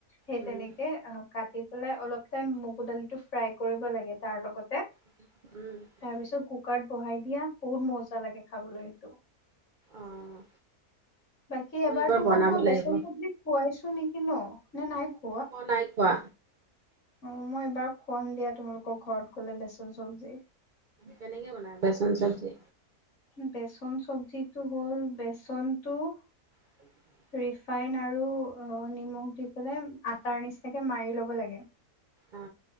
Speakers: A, on the left; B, on the right.
A: সেই
B: উম,
A: তেনেকে কাটি পেলাই অলপ টাইম মগু দালিটো ফ্ৰাই কৰিব লাগে, তাৰ লগতে-
B: উমঁ!
A: তাৰ পিছত কুকাৰত বহাই দিয়া, বহুত মজা লাগে খাবলৈ সেইটো।
B: অ',
A: বাকী এবাৰতো
B: এইবাৰ বনাব
A: মই তোমাৰ
B: লাগিব।
A: বেচন চবজি- খোৱাইছো নেকি ন, নে নাই খো-
B: মই নাই খোৱা।
A: অঁ, মই এবাৰ খোৱাম দিয়া, তোমালোকৰ ঘৰত গ'লে বেচন চব্জি।
B: কেনেকে বনাই বেচন চব্জি?
A: বেচন চব্জিটো হ'ল, বেচনতটো-
B: <unintelligible>
A: ৰিফাইন আৰু নিমখ অঁ দি পেলাই আটাৰ নিচিনাকে মাৰি ল'ব লাগে।
B: অঁ!